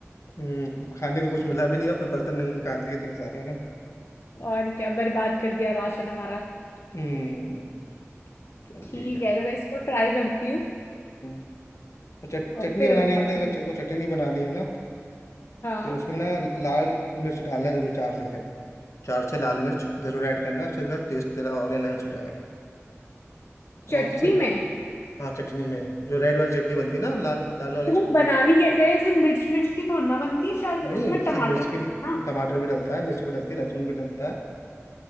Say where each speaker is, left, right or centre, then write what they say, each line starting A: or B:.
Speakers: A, on the left; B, on the left.
A: हम्म खाने को कुछ मिला भी नहीं और फिर बर्तन नि- निकाल दिए इतने सारे है ना
B: और क्या बर्बाद कर दिया राशन हमारा
A: हम्म चल
B: ठीक
A: ठीक है
B: है तो मैं इसको ट्राई करती हूँ
A: हम्म और चट,
B: और
A: चटनी
B: फिर
A: बनाने
B: बताती
A: के लिए अगर
B: हूँ
A: च- कोई चटनी बनानी हो ना
B: हाँ
A: तो उसमें ना लाल मिर्च डालना जरूर चार से छः चार छः लाल मिर्च जरूर ऐड करना उससे का टेस्ट तेरा और एनहेंस हो जाएगा
B: चटनी
A: और सिर्फ
B: में
A: हाँ चटनी में जो रेड वाली चटनी बनती है ना लाल लाल वाली
B: वो
A: चटनी
B: बनानी कैसे है सिर्फ मिर्च मिर्च की थोड़ी ना बनती है शायद
A: नहीं
B: उसमें
A: नहीं
B: टमाटर
A: सिर्फ मिर्च के नहीं
B: ना
A: टमाटर भी डलता है मिर्च भी डलती है लहसुन भी डलता है